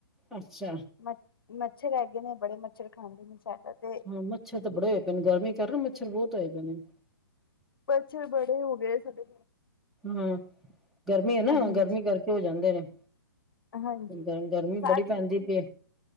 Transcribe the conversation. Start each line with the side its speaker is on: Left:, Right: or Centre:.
Centre: ਅੱਛਾ।
Left: ਮ ਮੱਛਰ ਹੈਗੇ ਨੇ ਬੜੇ ਮੱਛਰ ਖਾਂਦੇ ਨੇ ਸਾਡਾ ਤੇ
Centre: ਹਾਂ ਮੱਛਰ ਤਾਂ ਬੜੇ ਹੋਏ ਪਏ ਨੇ ਗਰਮੀ ਕਰ ਮੱਛਰ ਬਹੁਤ ਆਏ ਪਏ ਨੇ
Left: ਮੱਛਰ ਬੜੇ ਹੋ ਗਏ ਸਾਡੇ
Centre: ਹਾਂ ਗਰਮੀ ਹੈ ਨਾ
Left: ਹਾਂਜੀ
Centre: ਗਰਮੀ ਕਰਕੇ ਹੋ ਜਾਂਦੇ ਨੇ
Left: ਹਾਂਜੀ
Centre: ਗਰ ਗਰਮੀ
Left: ਸਾਡੇ
Centre: ਬੜੀ ਪੈਂਦੀ
Left: ਦੇਖੋ।
Centre: ਪਈ